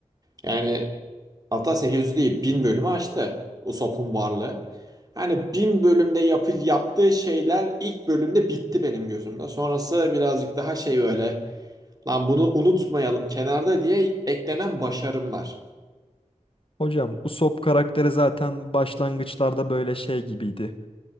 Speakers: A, on the right (about 30°); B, on the left (about 45°).
A: Yani Hatta 800 değil 1000 bölümü aştı Usopp'un varlığı. Yani 1000 bölümde yapı, yaptığı şeyler ilk bölümde bitti benim gözümde. Sonrası birazcık daha şey böyle lan bunu unutmayalım kenarda diye eklenen başarımlar.
B: Hocam Usopp karakteri zaten başlangıçlarda böyle şey gibiydi.